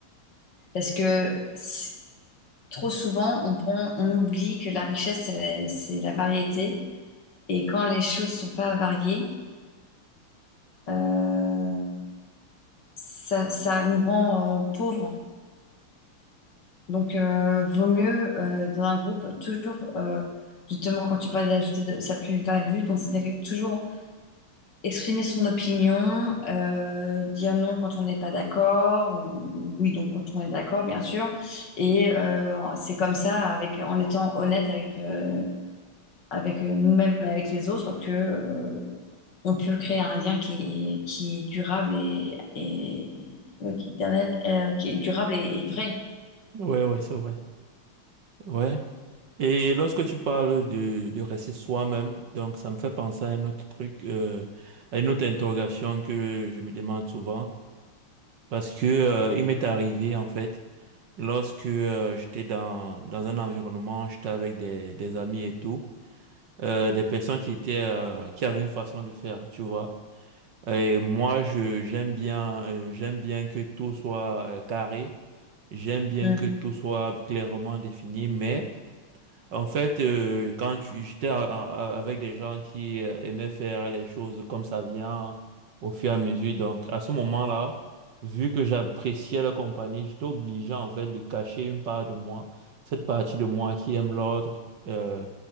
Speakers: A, on the left (about 55°); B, on the right (about 60°).
A: Parce que si- trop souvent, on prend- on oublie que la richesse, c'est la, c'est la variété. Et quand les choses sont pas variées, euh, ça, ça nous rend euh, pauvres. Donc, euh, vaut mieux euh, dans un groupe toujours, euh, justement, quand tu parles d'ajouter de- sa plus-value, donc c'est-à-dire que toujours exprimer son opinion, euh, dire non quand on n'est pas d'accord, ou oui, donc quand on est d'accord, bien sûr. Et euh, c'est comme ça, avec, en étant honnête avec, euh, avec euh, nous-mêmes et avec les autres que euh, on peut créer un lien qui est, qui est durable et, et ouais, qui est éternel, euh, qui est durable et, et vrai.
B: Ouais, ouais, c'est vrai. Ouais. Et lorsque tu parles de, de rester soi-même, donc ça me fait penser à un autre truc, euh, à une autre interrogation que je me demande souvent, parce que euh, il m'est arrivé en fait, lorsque euh, j'étais dans, dans un environnement, j'étais avec des, des amis et tout, euh, des personnes qui étaient euh, qui avaient une façon de faire, tu vois. Et moi, je, j'aime bien, euh, j'aime bien que tout soit euh, carré. J'aime bien
A: Mm.
B: que tout soit clairement défini, mais en fait, euh, quand tu- j'étais a- a- avec des gens qui euh, aimaient faire les choses comme ça vient au fur et à mesure, donc à ce moment-là, vu que j'appréciais leur compagnie, j'étais obligé en fait de cacher une part de moi, cette partie de moi qui aime l'ordre, euh,